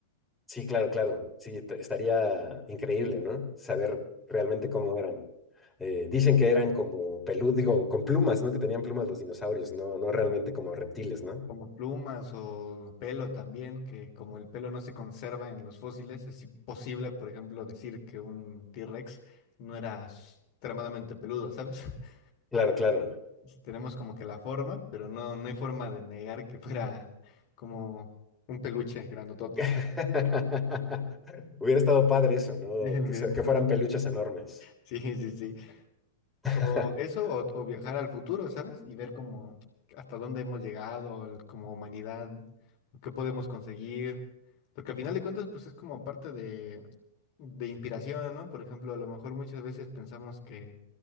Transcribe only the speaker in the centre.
Sí, claro, claro. Sí, te- estaría increíble, ¿no? Saber realmente cómo eran. Eh, dicen que eran como peludos, digo, con plumas, ¿no? Que tenían plumas los dinosaurios, no, no realmente como reptiles, ¿no?
Claro, claro.
<laughs> Hubiera estado padre eso, ¿no?
Que,
se- que fueran peluches enormes.
<laughs>